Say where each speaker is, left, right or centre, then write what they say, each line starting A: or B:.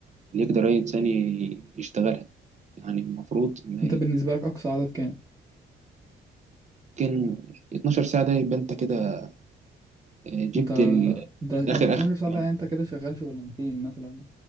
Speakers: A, on the right; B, on the right.
A: اللي يقدر أي إنسان يشتغلها يعني المفروض ما
B: انت بالنسبه لك اقصى عدد كام
A: يمكن 12 ساعة ده يبقى أنت كده آه، جبت
B: انت
A: ال-
B: انت انت
A: جبت آخر
B: 12
A: آخر
B: ساعه
A: يعني
B: ده يعني انت كده شغال شغلانتين مثلا